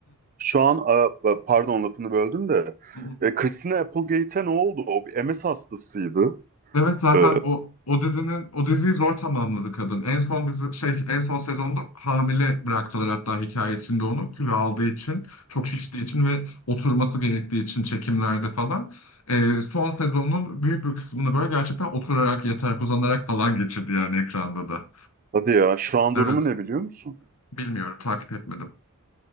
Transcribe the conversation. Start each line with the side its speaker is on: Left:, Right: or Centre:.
Right: Şu an a- pardon lafını böldüm de
Left: Hı.
Right: e, Christina Applegate'e ne oldu? O bir MS hastasıydı.
Left: Evet zaten
Right: E,
Left: o o dizinin o diziyi zor tamamladı kadın. En son dizi şey en son sezonda hamile bıraktılar hatta hikaye içinde onu kilo aldığı için, çok şiştiği için ve oturması gerektiği için çekimlerde falan. Ee, son sezonun büyük bir kısmını böyle gerçekten oturarak, yatarak, uzanarak falan geçirdi yani ekranda da.
Right: hadi ya şu an
Left: Evet,
Right: durumu ne biliyor musun?
Left: bilmiyorum, takip etmedim.